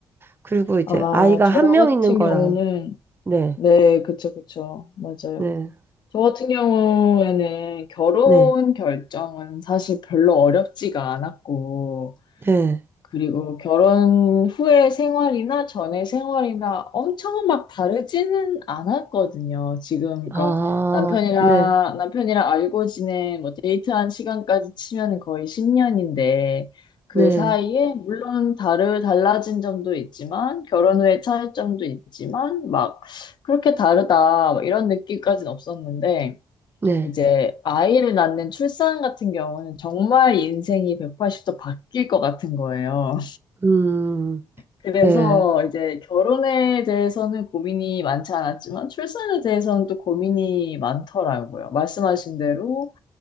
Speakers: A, on the right (about 25°); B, on the left (about 60°).
A: 그리고 이제
B: 아,
A: 아이가
B: 저
A: 한
B: 같은
A: 명 있는 거랑
B: 경우는,
A: 네,
B: 네, 그쵸, 그쵸. 맞아요.
A: 네,
B: 저 같은 경우에는 결혼
A: 네,
B: 결정은 사실 별로 어렵지가 않았고,
A: 네.
B: 그리고 결혼 후의 생활이나 전의 생활이나 엄청 막 다르지는 않았거든요. 지금
A: 아,
B: 그러니까 남편이랑
A: 네,
B: 남편이랑 알고 지낸 뭐 데이트한 시간까지 치면 거의 10년인데 그
A: 네,
B: 사이에 물론 다르 달라진 점도 있지만 결혼 후의 차이점도 있지만 막 그렇게 다르다 막 이런 느낌까지는 없었는데
A: 네.
B: 이제 아이를 낳는 출산 같은 경우는 정말 인생이 180도 바뀔 것 같은 거예요.
A: 음,
B: 그래서
A: 네,
B: 이제 결혼에 대해서는 고민이 많지 않았지만 출산에 대해서는 또 고민이 많더라고요. 말씀하신 대로